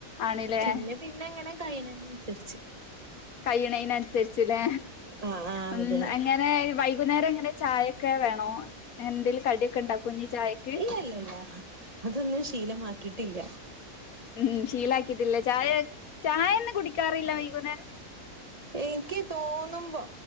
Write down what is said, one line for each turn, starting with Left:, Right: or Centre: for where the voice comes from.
Left: ആണ്ല്ലേ
Right: പിന്നെ പിന്നെ എങ്ങനെ കഴ്ണെനസര്ച്ച്.
Left: കയ്യണെനൻസര്ച്ച്ലെ
Right: ആഹ് ആഹ്
Left: ഉം
Right: അതെ
Left: അങ്ങ ങ്ങെ വൈകുന്നേരം ഇങ്ങനെ ചായയൊക്കെ വേണോ എന്തെങ്കിലു കടിയൊക്കെണ്ടാകൊ ചായക്ക്.
Right: ല്ലല്ലല്ല. അതൊന്നും ശീലമാക്കിട്ടില്ല.
Left: ഉം ശീലാക്കിട്ടില്ല ചായ ചായൊന്നു കുടിക്കാറില്ല വൈകുന്നേരം.
Right: ഇൻക്ക് തോന്നുമ്പോ